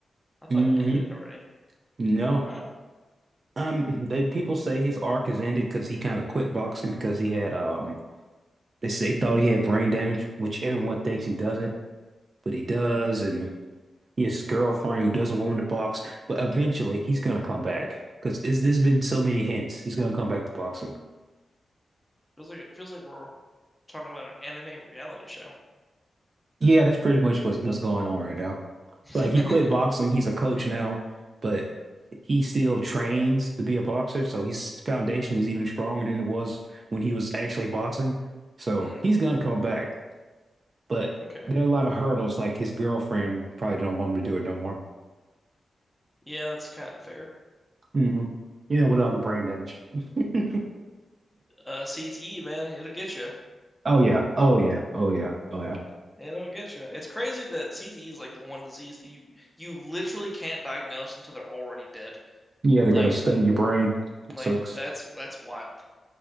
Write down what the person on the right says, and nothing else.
hmm
No.
Um, they people say his arc is ended because he kind of quit boxing because he had um they say he thought he had brain damage, which everyone thinks he doesn't, but he does, and he has his girlfriend who doesn't want him to box, but eventually he's gonna come back because there's been so many hints he's gonna come back to boxing.
Yeah, that's pretty much what's what's going on right now. Like
he quit boxing. He's a coach now, but he still trains to be a boxer. So his foundation is even stronger than it was when he was actually boxing. So
he's gonna come back, but
there are a lot of hurdles. Like his girlfriend probably don't want him to do it no more.
hmm You know, with all the brain damage. <laughs>
Oh yeah. Oh yeah. Oh yeah. Oh yeah.
You had to
go to study your brain. It
sucks.